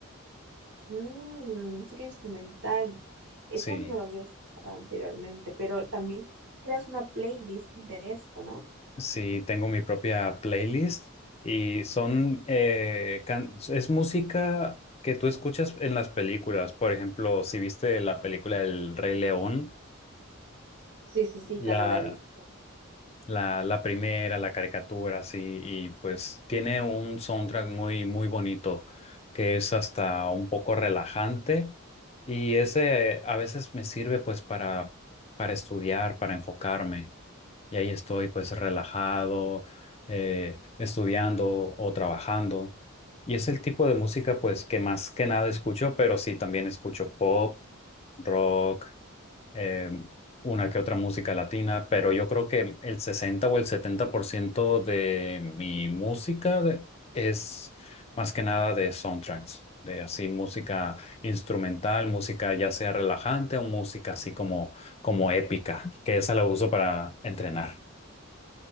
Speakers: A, on the right (about 55°); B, on the left (about 30°).
A: Mm, música instrumental, eso
B: Sí.
A: no lo había escuchado anteriormente, pero también creas una playlist de esto, ¿no?
B: Sí, tengo mi propia playlist y son, eh, can- es música que tú escuchas en las películas. Por ejemplo, si viste la película El Rey León,
A: Sí, sí, sí,
B: la,
A: claro, la he visto.
B: la, la primera, la caricatura, sí, y pues tiene un soundtrack muy, muy bonito que es hasta un poco relajante y ese eh, a veces me sirve pues para, para estudiar, para enfocarme. Y ahí estoy pues relajado, eh, estudiando o trabajando. Y es el tipo de música pues que más que nada escucho, pero sí también escucho pop, rock, eh, una que otra música latina, pero yo creo que el 60 o el 70% de mi música de- es más que nada de soundtracks, de así música instrumental, música ya sea relajante o música así como, como épica, que esa la uso para entrenar.